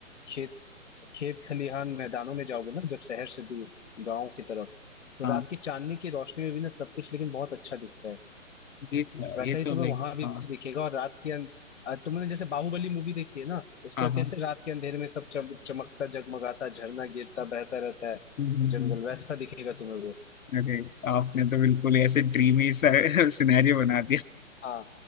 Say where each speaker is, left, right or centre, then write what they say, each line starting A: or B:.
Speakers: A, on the left (about 60°); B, on the left (about 85°).
A: खेत खेत खलिहान मैदानों में जाओगे ना जब शहर से दूर गांव की तरफ तो
B: हाँ
A: रात की चांदनी की रोशनी में भी ना सब कुछ लेकिन बहुत अच्छा दिखता है
B: ये तो है,
A: वैसा
B: ये तो
A: ही तुम्हें
B: लाइक
A: वहां भी
B: हाँ
A: दिखेगा और रात के अं... अ, तुमने जैसे बाहुबली मूवी देखी है ना उसका
B: हाँ हाँ
A: कैसे रात के अंधेरे में सब चम, चमकता जगमगाता झरना गिरता बहता रहता है
B: <laughs>
A: जंगल वैसा दिखेगा तुम्हें वो
B: अरे आपने तो बिल्कुल ही ऐसे ड्रीमी सा <laughs> सिनेरियो बना
A: हाँ